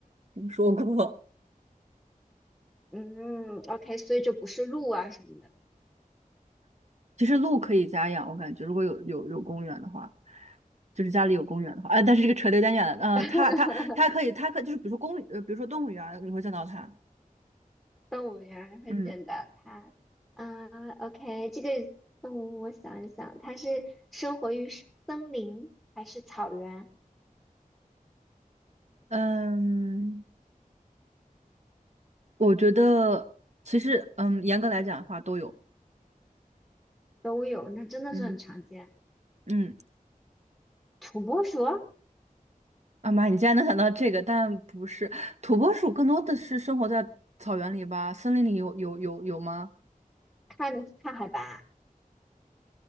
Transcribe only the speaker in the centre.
嗯，OK，所以就不是鹿啊什么的。
<laughs>
动物园会见到它啊。
OK，这个动物我想一想，它是生活于森林还是草原
都有，那真的是很常见。
土拨鼠，
看看海拔。